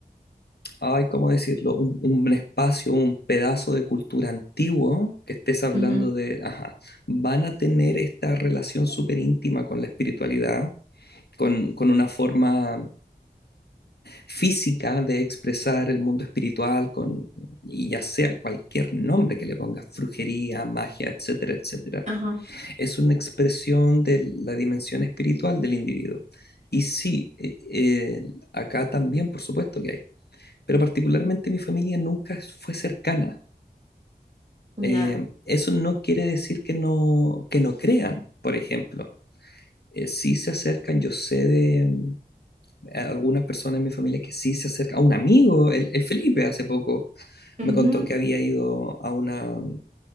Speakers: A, on the left (about 70°); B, on the right (about 40°).
A: ay, ¿cómo decirlo? Un, un espacio, un pedazo de cultura antiguo que estés hablando
B: Ujú.
A: de, ajá, van a tener esta relación súper íntima con la espiritualidad, con, con una forma mm, física de expresar el mundo espiritual, con, y ya sea cualquier nombre que le pongas, brujería, magia, etcétera, etcétera
B: Ajá,
A: es una expresión de la dimensión espiritual del individuo. Y sí, eh, eh, acá también, por supuesto que hay, pero particularmente mi familia nunca fue cercana.
B: ya.
A: Eh, eso no quiere decir que no, que no crean, por ejemplo. Eh, sí se acercan, yo sé de mm, algunas personas en mi familia que sí se acercan. A un amigo, el, el Felipe, hace poco me
B: Ujú.
A: contó que había ido a una... mm,